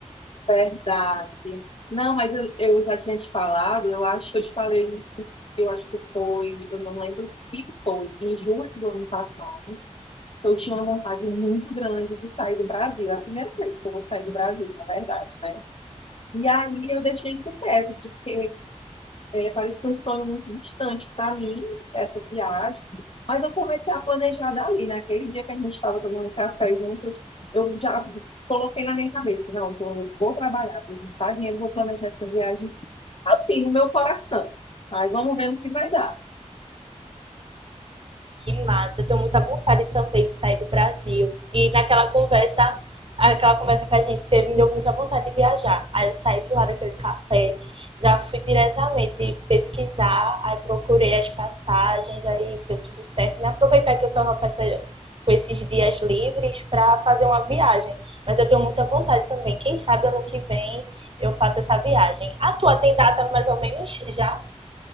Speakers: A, on the left; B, on the right.
A: Verdade. Não, mas eu, eu já tinha te falado, eu acho que eu te falei, eu acho que foi, eu não lembro se foi, em julho do ano passado, eu tinha uma vontade muito grande de sair do Brasil. É a primeira vez que eu vou sair do Brasil, na verdade, né? E aí eu deixei isso quieto, porque é, parecia um sonho muito distante para mim, essa viagem. Mas eu comecei a planejar dali. Naquele dia que a gente estava tomando café juntos, eu já coloquei na minha cabeça: não, eu vou trabalhar, vou juntar dinheiro, vou planejar essa viagem assim, no meu coração. Mas vamos ver no que vai dar.
B: Que massa, eu tenho muita vontade também de sair do Brasil. E naquela conversa, aquela conversa que a gente teve, me deu muita vontade de viajar. Aí eu saí de lá daquele café, já fui diretamente pesquisar, aí procurei as passagens, aí deu tudo certo. E aproveitar que eu estava com, essa... com, esses dias livres para fazer uma viagem. Mas eu tenho muita vontade também. Quem sabe ano que vem eu faço essa viagem. A tua tem data mais ou menos já?